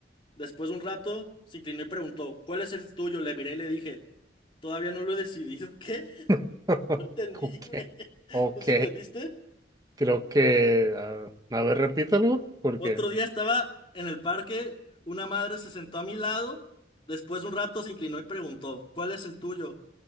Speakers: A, on the left (about 30°); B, on the right (about 20°).
A: Después de un rato, se inclinó y preguntó, ¿cuál es el tuyo? Le miré y le dije, todavía no lo he decidido. ¿Qué? <laughs>
B: <laughs>
A: No entendí,
B: Ok.
A: güey.
B: Ok,
A: ¿Tú sí entendiste?
B: creo que. ah, a ver, repítalo, porque.
A: Otro día estaba en el parque, una madre se sentó a mi lado. Después de un rato, se inclinó y preguntó, ¿cuál es el tuyo?